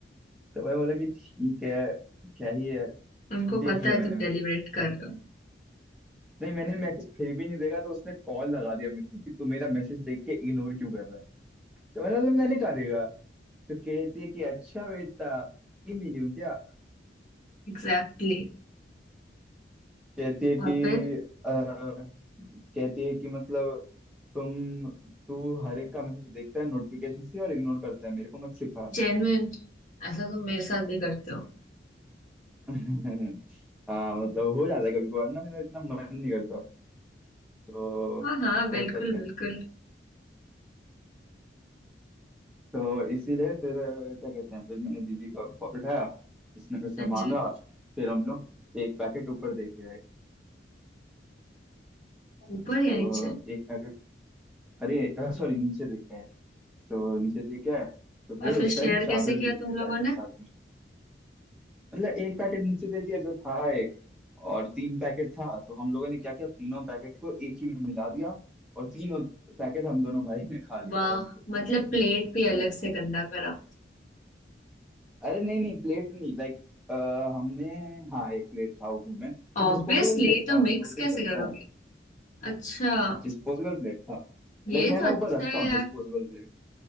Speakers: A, in the centre; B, on the left (about 45°).
A: तो मैं बोला कि ठीक है क्या ही है
B: उनको
A: देख
B: पता
A: लिया
B: है
A: मैंने
B: तुम
A: मैसेज
B: डेलीब्रेट कर रहे हो
A: नहीं मैंने मैसेज फिर भी नहीं देखा तो उसने कॉल लगा दिया मेरे को कि तू मेरा मैसेज देख के इग्नोर क्यों कर रहा है तो मैंने बोला, मैंने कहा देखा तो कहती है कि अच्छा बेटा नहीं मिली हूँ क्या
B: एग्जैक्टली
A: कहती है
B: और
A: कि
B: फिर
A: अ, कहती है कि मतलब तुम तू हर एक का मैसेज देखता है नोटिफिकेशन से और इग्नोर करता है मेरे को मत सिखा
B: जेन्युइन ऐसा तुम मेरे साथ भी करते हो
A: <laughs> हाँ मतलब हो जाता है कभी कभार ना मेरा इतना मन नहीं करता तो
B: हाँ हाँ बिल्कुल
A: क्या कहते
B: बिल्कुल
A: हैं तो इसीलिए फिर अ, क्या कहते हैं फिर मैंने दीदी का फोन उठाया उसने मेरे से
B: हाँ
A: मांगा
B: जी
A: फिर हम लोग एक पैकेट ऊपर दे के आए
B: ऊपर
A: तो
B: या नीचे
A: एक पैकेट अरे सॉरी नीचे देख के आए तो नीचे दे के आए तो फिर
B: और फिर
A: उस
B: शेयर
A: टाइम चादर
B: कैसे किया
A: भी लेते
B: तुम
A: हुए
B: लोगों
A: आए
B: ने
A: फिर साथ में मतलब एक पैकेट नीचे दे दिया जो था एक और तीन पैकेट था तो हम लोगों ने क्या किया तीनों पैकेट को एक ही में मिला दिया और तीनों पैकेट हम दोनों भाई ने खा लिया
B: वाह
A: आराम
B: मतलब प्लेट भी अलग से गंदा करा
A: अरे नहीं नहीं प्लेट नहीं लाइक हमने हाँ एक प्लेट था ऊपर में तो
B: ऑब्वियसली
A: डिस्पोजेबल प्लेट
B: तो
A: था
B: मिक्स
A: तो वो तो
B: कैसे
A: चलता
B: करोगे
A: है
B: अच्छा
A: डिस्पोजेबल प्लेट था
B: ये
A: लाइक मैं
B: तो
A: ना
B: अच्छा
A: ऊपर रखता
B: है
A: हूँ
B: यार
A: डिस्पोजेबल प्लेट